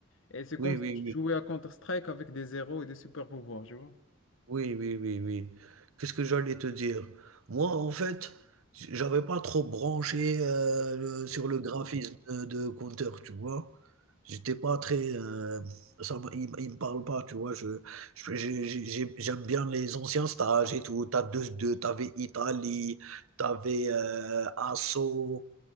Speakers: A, on the left; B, on the right.
A: Et c'est comme
B: oui,
A: si
B: oui,
A: tu
B: oui.
A: jouais à Counter-Strike avec des héros et des super pouvoirs, tu vois.
B: Oui, oui, oui, oui. Qu'est-ce que j'allais te dire? Moi, en fait, j'avais pas trop branché euh, le- sur le graphisme de, de Counter, tu vois. J'étais pas très. euh, ça, me- il, il me parle pas, tu vois. Je, je- j'ai- j'ai- j'ai- j'aime bien les anciens stages et tout. T'as deux, deux, t'avais Italie, t'avais euh, Asso,